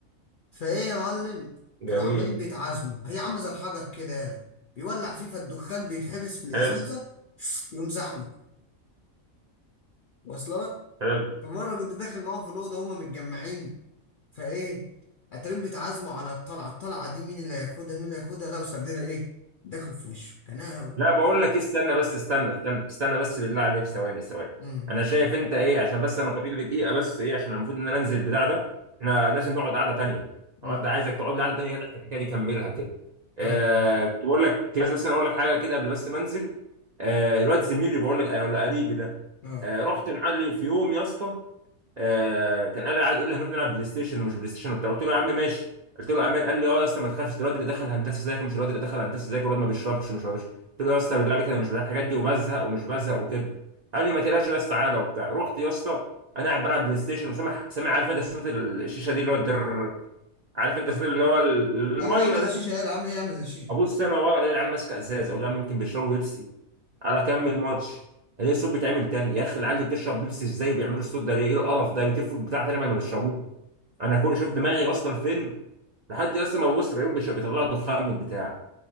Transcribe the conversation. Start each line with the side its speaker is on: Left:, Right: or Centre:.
Left: فايه يا معلم
Right: جميل
Left: كانوا عمالين بيتعازموا هي عامله زي الحجر كده يالا بيولع فيه فالدخان بيتحبس في الازازه
Right: حلو
Left: يقوم زحمه واصل لك
Right: حلو
Left: فمره كنت داخل معاهم في الاوضه هما متجمعين فايه اتاريهم بيتعازموا على الطلعه الطلعه دي مين اللي هياخدها مين اللي هياخدها لقوا سردينه ايه داخل في وشه كان أنا-
Right: لا بقول لك إيه، استنى بس استنى استنى استنى بس بالله عليك ثواني ثواني
Left: مم.
Right: انا شايف انت ايه عشان بس انا فاضل لي دقيقه بس ايه عشان المفروض ان انا انزل البتاع ده احنا لازم نقعد قعده تانيه
Left: مم.
Right: الحوار ده عايزك تقعد لي قعده تانيه كده تحكي الحكايه دي كملها كده آه
Left: اه
Right: كنت بقول لك بس بس انا اقول لك حاجه كده قبل بس ما انزل آه الواد زميلي بقول لك آه، ولا قريبي ده
Left: اه
Right: آه رحت لعلي في يوم يا اسطى آه كان قال قاعد يقول لي هنروح نلعب بلاي ستيشن ومش بلاي ستيشن وبتاع قلت له يا عم ماشي قلت له امان قال لي اه يا اسطى ما تخافش ده الواد اللي دخل هندسه زيك ومش الواد اللي دخل هندسه زيك والواد ما بيشربش ومش ما بيشربش قلت له يا اسطى
Left: اه
Right: بالله عليك انا مش بتاع الحاجات دي وبزهق ومش بزهق وكده قال لي ما تقلقش بس تعالى وبتاع رحت يا اسطى انا قاعد بلعب بلاي ستيشن وسامع سامع عارف انت صوت ال- الشيشه دي اللي هو الدر عارف انت
Left: آه.
Right: صوت اللي هو ال- الميه
Left: ايوه عامله
Right: ده
Left: هشيشه يلا عامله ايه عامله هشيشه
Right: ابص انا ورا الاقي العيال ماسكه ازازه اقول لها يمكن بيشربوا بيبسي على كمل ماتش الاقي الصوت بيتعمل تاني يا اخي العيال دي بتشرب بيبسي ازاي وبيعملوا الصوت ده ليه ايه القرف ده بيتفوا البتاع تاني بعد ما بيشربوه انا كل شوف دماغي واصله لفين لحد اصلا ما ببص بلاقيهم بيش- بيطلعوا دخان من البتاع